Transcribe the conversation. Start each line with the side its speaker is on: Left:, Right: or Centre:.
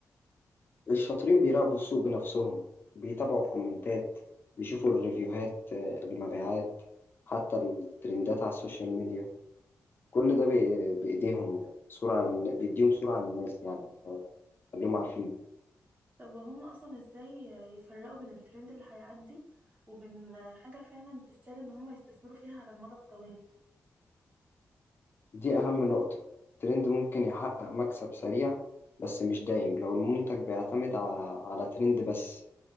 Left: الشاطرين بيراقبوا السوق بنفسهم بيتابعوا الكومنتات بيشوفوا الريفيوهات آه، المبيعات حتى الترندات على السوشيال ميديا كل ده بي- بإيديهم صورة عن بيديهم صورة عن الناس يعني آه، خليهم عارفين
Right: طب وهم أصلا إزاي يفرقوا بين الترند اللي هيعدي وبين حاجة فعلا تستاهل إن هم يستثمروا فيها على المدى الطويل
Left: دي أهم نقطة الترند ممكن يحقق مكسب سريع بس مش دايم لو المنتج بيعتمد ع- على ترند بس